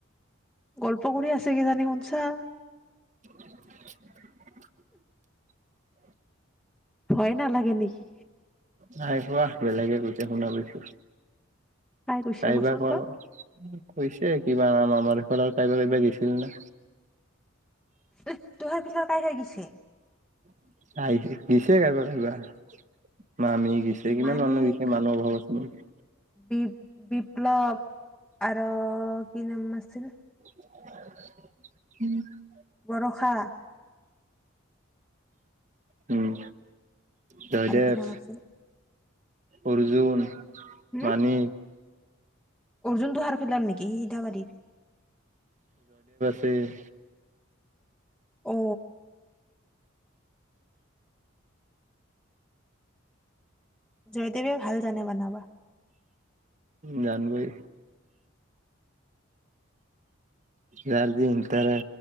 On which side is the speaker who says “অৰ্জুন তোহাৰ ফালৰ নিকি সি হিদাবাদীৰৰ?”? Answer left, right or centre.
Centre